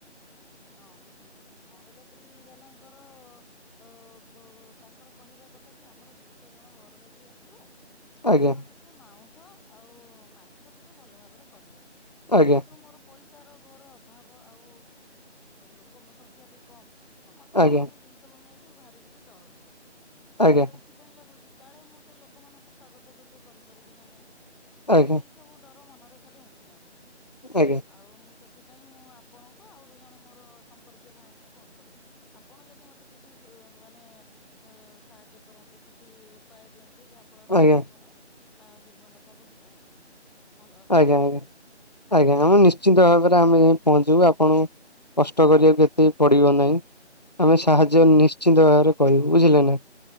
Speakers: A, in the centre; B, on the left (about 35°).
A: ହଁ ଦେଖନ୍ତୁ କିନ୍ତୁ ବରଯାତ୍ରୀ ବାଲାଙ୍କର ତ ତାଙ୍କର କହିବା କଥା କି ଆମର ଦୁଇଶହ ଜଣ ବରଯାତ୍ରୀ ଆସିବେ। ଆପଣ
B: ଆଜ୍ଞା
A: ଟିକେ ମାଉଁସ ଆଉ ମାଛ ଟିକେ ଭଲ ଭାବରେ କରିବେ।
B: ଆଜ୍ଞା
A: ଯେହେତୁ ମୋର ପଇସାର ଘର। ଅଭାବ ଆଉ ଲୋକଙ୍କ ସଂଖ୍ୟା ବି କମ ତ ମତେ
B: ଆଜ୍ଞା
A: ଟିକେ ସେଇ ଜିନିଷ ସବୁ ନେଇକି ଭାରି ଟିକେ ଡର ଲାଗୁଛି। ଡର
B: ଆଜ୍ଞା
A: ଏଥିପାଇଁ ଲାଗୁଛି କାଳେ ମୁଁ ସେ ଲୋକମାନଙ୍କୁ ସ୍ଵାଗତ ଯୋଗ୍ୟ କରିପାରିବି ନା ନାହିଁ।
B: ଆଜ୍ଞା
A: ଏଇ ସବୁ ଡର ମନରେ ଖାଲି ଉଙ୍କି ମାରୁଛି।
B: ଆଜ୍ଞା।
A: ଆଉ ମୁଁ ସେଥିପାଇଁ ମୁଁ ଆପଣଙ୍କୁ ଆହୁରି ଜଣେ ମୋର ସମ୍ପର୍କୀୟ ଭାଇକି ଫୋନ କରିଥିଲି। ଆପଣ ଯଦି ମତେ କିଛି ମାନେ ଅ ସାହାଯ୍ୟ କରନ୍ତେ କିଛି ଉପାୟ ଦିଅନ୍ତେ ଯାହା ଫଳରେ
B: ଆଜ୍ଞା
A: ମୁଁ ମୋର ତା ନିର୍ବନ୍ଧ ଟାକୁ ଟିକେ ଭଲ ଭାବରେ
B: ଆଜ୍ଞା
A: ତୁଲେଇ
B: ଆଜ୍ଞା
A: ପାରନ୍ତି।
B: ଆଜ୍ଞା ଆମେ ନିଶ୍ଚିିତ ଭାବରେ ଆମେ ଯାଇ ପହଞ୍ଚିବୁ, ଆପଣ କଷ୍ଟ କରିବାକୁ ଏତେବି ପଡିବ ନାହିଁ। ଆମେ ସାହାଯ୍ୟ ନିଶ୍ଚିନ୍ତ ଭାବରେ କହିବୁ ବୁଝିଲେ ନା।